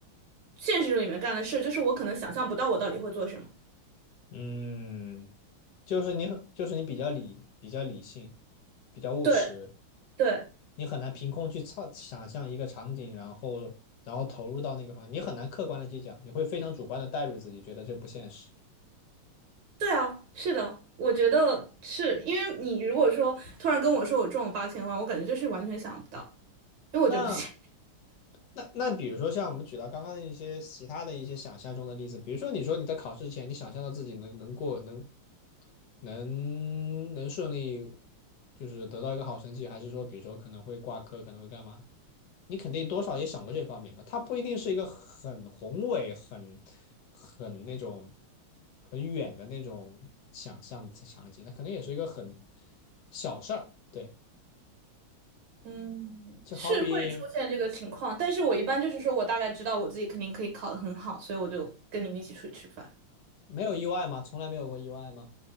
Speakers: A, on the right; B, on the left.
A: 现实里面干的事，就是我可能想象不到我到底会做什么。
B: 嗯，就是你很，就是你比较理比较理性，比较务实，
A: 对对。
B: 你很难凭空去操想象一个场景，然后然后投入到那个方面，你很难客观的去讲，你会非常主观的带入自己，觉得这不现实。
A: 对啊，是的，我觉得是因为你如果说突然跟我说我中了八千万，我感觉就是完全想不到，因为我觉得不行
B: 那那那比如说像我们举到刚刚的一些其他的一些想象中的例子，比如说你说你在考试之前，你想象到自己能能过能能能顺利，就是得到一个好成绩，还是说比如说可能会挂科，可能会干嘛？你肯定多少也想过这方面吧？它不一定是一个很宏伟、很很那种很远的那种想象的场景，那可能也是一个很小事儿。对，
A: <laughs>，嗯，
B: 就好比。
A: 是会出现这个情况，但是我一般就是说我大概知道我自己肯定可以考得很好，所以我就跟你们一起出去吃饭，
B: 没有意外吗？从来没有过意外吗？